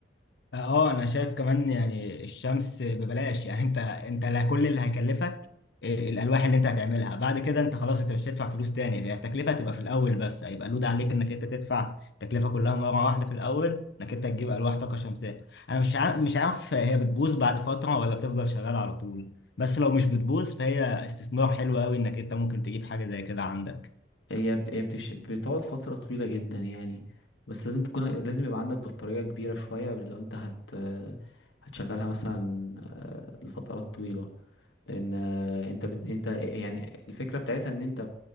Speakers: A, on the left; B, on the left.
A: اه انا شايف كمان يعني الشمس ببلاش يعني انت انت لا كل اللي هيكلفك إيه، الالواح اللي انت هتعملها بعد كده انت خلاص انت مش هتدفع فلوس تاني هي التكلفه هتبقى في الاول بس هيبقى لود عليك انك انت تدفع التكلفه كلها مره واحده في الاول انك انت تجيب الواح طاقه شمسيه انا مش عارف مش عارف هي بتبوظ بعد فتره ولا بتفضل شغاله على طول بس لو مش بتبوظ فهي استثمار حلو قوي انك انت ممكن تجيب حاجه زي كده عندك
B: هي بت... هي بتش... بتقعد فترة طويلة جدا يعني بس لازم تكون لازم يبقى عندك بطارية كبيرة شوية لو انت هت هتشغلها مثلا آه، لفترات طويلة لأن آه، انت بت... انت يعني الفكرة بتاعتها ان انت